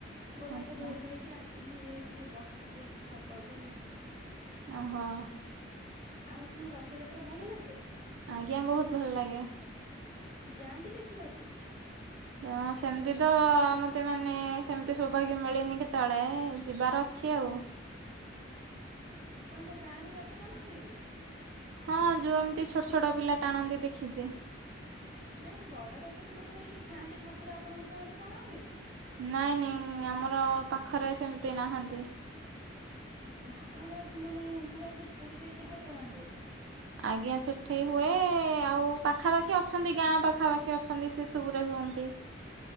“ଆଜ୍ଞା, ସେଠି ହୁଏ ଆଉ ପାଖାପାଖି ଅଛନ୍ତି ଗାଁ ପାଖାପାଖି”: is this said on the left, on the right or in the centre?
Right